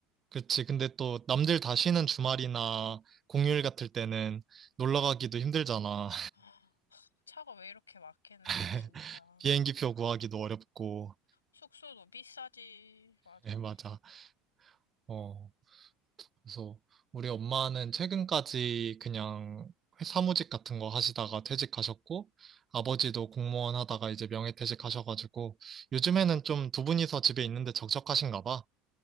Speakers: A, on the right; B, on the left.
A: 그치. 근데 또 남들 다 쉬는 주말이나 공휴일 같을 때는 놀러 가기도 힘들잖아.
B: 아, 차가 왜 이렇게 막히는지
A: <laughs>
B: 진짜.
A: 비행기표 구하기도 어렵고,
B: 숙소도 비싸지. 맞아.
A: 네 맞아. 어. 그래서 우리 엄마는 최근까지 그냥 회- 사무직 같은 거 하시다가 퇴직하셨고, 아버지도 공무원 하다가 이제 명예퇴직하셔가지고, 요즘에는 좀 두 분이서 집에 있는데 적적하신가 봐.